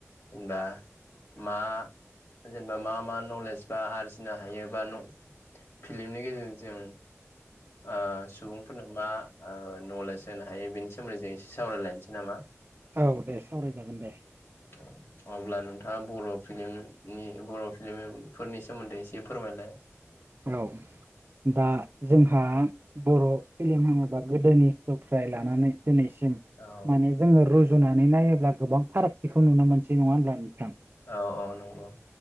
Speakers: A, on the left (about 50°); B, on the right (about 45°).
A: जेनेबा मा जेनेबा मा मा नलेज बा आरजिनो हायोबा न' फिल्मनि गेजेरजों जों ओ सुबुं फोरनाव मा ओ नलेज होनो हायो बेनि सोमोन्दै जों एसे सावरायलायनोसै नामा?
B: औ दे सावरायजागोन दे।
A: औ। अब्ला नोंथाङा बर' फिलिमनि बर' फिलमफोरनि सोमोन्दै एसे फोरमायलाय
B: औ दा जोंहा बर' फिल्म होनोबा गोदोनिखौफ्राय लानानै दिनैसिम
A: औ
B: माने जोङो रुजुनानै नायोब्ला गोबां फारागथिखौ नुनो मोनसै नङा होनब्ला नोंथां?
A: औ औ नंगौ।